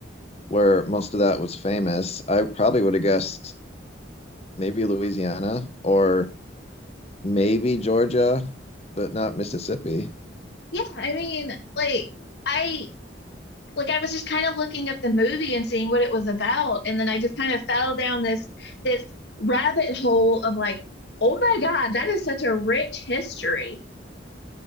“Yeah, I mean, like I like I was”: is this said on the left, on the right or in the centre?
Left